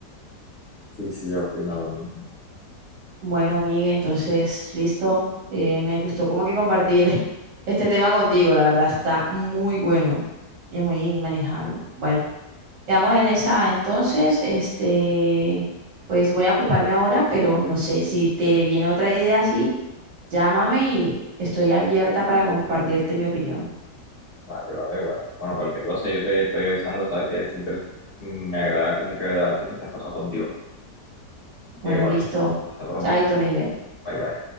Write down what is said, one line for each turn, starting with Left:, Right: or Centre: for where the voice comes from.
Left: Sí, sí, yo opino lo mismo.
Right: Bueno, Miguel, entonces, listo, eh, me gustó como que compartir <laughs> este tema contigo, la verdad, está muy bueno y muy manejable. Bueno, quedamos en esa, entonces, este, pues voy a ocuparme ahora, pero no sé, si te viene otra idea así, llámame y estoy abierta para compartirte mi opinión.
Left: Vale, vale, bueno. Bueno, cualquier cosa yo te estoy avisando, sabes que siempre me agrada como que debatir estas cosas contigo. Así que
Right: Bueno,
Left: bueno,
Right: listo,
Left: hasta pronto.
Right: chaito, Miguel.
Left: Bye, bye.